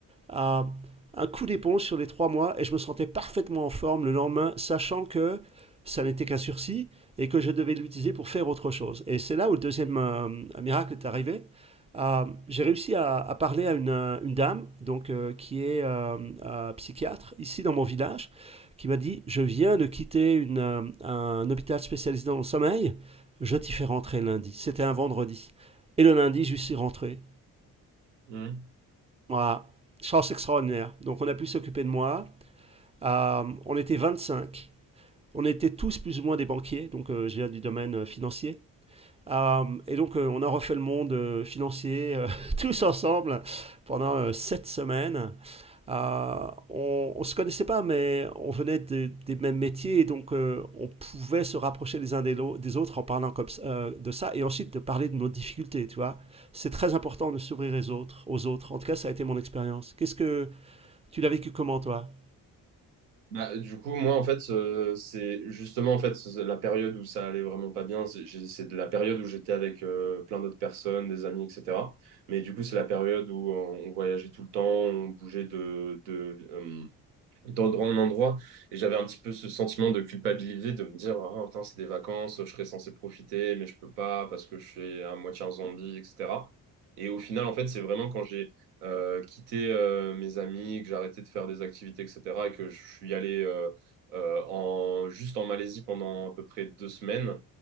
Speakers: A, on the right; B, on the right.
A: à un coup d'éponge sur les trois mois et je me sentais parfaitement en forme le lendemain, sachant que ça n'était qu'un sursis et que je devais l'utiliser pour faire autre chose. Et c'est là où le deuxième euh, miracle est arrivé. Euh, j'ai réussi à, à, parler à une, euh, une dame donc euh, qui est euh, euh, psychiatre ici dans mon village qui m'a dit je viens de quitter une, euh, un hôpital spécialisé dans le sommeil je t'y fais rentrer lundi c'était un vendredi et le lundi je suis rentré
B: mhm, mhm.
A: voilà. Chance extraordinaire. Donc on a pu s'occuper de moi. Euh, on était 25. On était tous plus ou moins des banquiers, donc euh, je viens du domaine euh, financier. Euh, et donc euh, on a refait le monde euh, financier euh, <laughs> tous ensemble pendant euh, sept semaines. Euh, on, on se connaissait pas, mais on venait de- des mêmes métiers, et donc euh, on pouvait se rapprocher les uns des, des autres en parlant comme euh, de ça, et ensuite de parler de nos difficultés, tu vois. C'est très important de s'ouvrir aux autres, aux autres. En tout cas, ça a été mon expérience. Qu'est-ce que tu l'as vécu comment, toi
B: Bah, du coup, moi, en fait, euh, c'est justement en fait c'est la période où ça allait vraiment pas bien. C'est j'ai- c'est de la période où j'étais avec euh, plein d'autres personnes, des amis, etc. Mais du coup, c'est la période où on, on voyageait tout le temps, on bougeait de, de, euh, dans le grand endroit. Et j'avais un petit peu ce sentiment de culpabilité de me dire, ah, putain, c'est des vacances, je serais censé profiter, mais je peux pas parce que je suis à moitié un zombie, etc. Et au final, en fait, c'est vraiment quand j'ai euh, quitté euh, mes amis, que j'ai arrêté de faire des activités, etc., et que je suis allé euh, euh, en, juste en Malaisie pendant à peu près deux semaines,